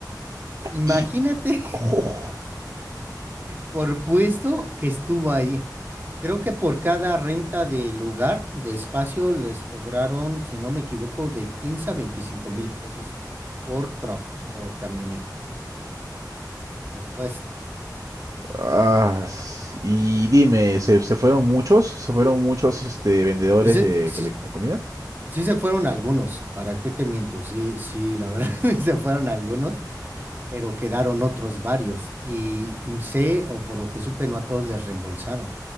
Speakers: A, on the right; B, on the right.
A: Imagínate
B: Y... ¡Uf!
A: Por puesto que estuvo ahí. Creo que por cada renta de lugar, de espacio, les cobraron, si no me equivoco, de quince a veinticinco mil pesos por truck, por camioneta, por puesto.
B: Ah, s- y dime, ¿se, se fueron muchos? ¿Se fueron muchos este, vendedores
A: Sí se,
B: de,
A: sí,
B: de- de comida?
A: sí se fueron algunos, ¿para qué te miento? Sí, sí, la verdad, <laughs> se fueron algunos, pero quedaron otros varios. Y sé, o por lo que supe, no a todos les reembolsaron.